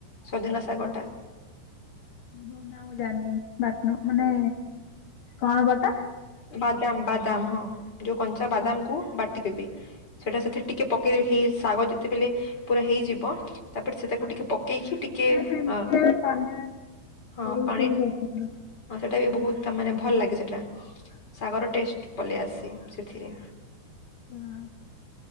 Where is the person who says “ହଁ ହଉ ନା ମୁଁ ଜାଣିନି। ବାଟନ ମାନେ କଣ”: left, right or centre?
Left